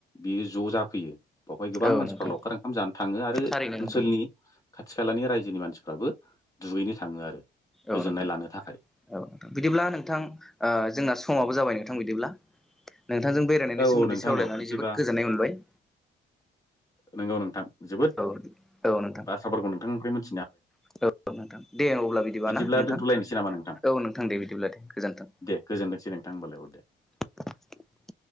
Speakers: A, on the left; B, in the centre.
A: बियो ज' जाफैयो। बेवहाय गोबां
B: औ
A: मानसिफ्रा
B: नोंथां
A: लावखार ओंखाम जानो थाङो आरो
B: थारैनो
A: ओनसोलनि
B: नोंथां
A: खाथि खालानि रायजोनि मानसिफोरा फ्राबो दुगैनो थाङो आरो। गोजोननाय
B: औ नोंथां
A: लानो थाखाय
B: औ नोंथां बिदिब्ला नोंथां ओ जोंना समाबो जाबाय नोंथां बिदिब्ला नोंथांजों बेरायनायनि
A: औ
B: सोमोन्दै
A: औ नोंथां
B: सावरायनानै
A: औ बिदिबा
B: जोबोद गोजोननाय मोनबाय।
A: नोंगौ नोंथां जोबोद
B: औ औ नोंथां
A: बाथ्राफोरखौ नोंथांनिफ्राय मोनथि
B: <unintelligible> नोंथां दे अब्ला बिदिबा
A: बिदिब्ला
B: ना नोंथां
A: दोनथ'लायनोसै नामा नोंथां
B: औ नोंथां दे बिदिब्ला दे गोजोन्थों।
A: दे <unintelligible>
B: <inaudible>